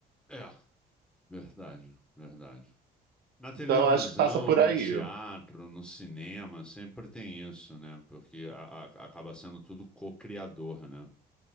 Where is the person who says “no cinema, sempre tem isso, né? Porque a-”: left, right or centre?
Centre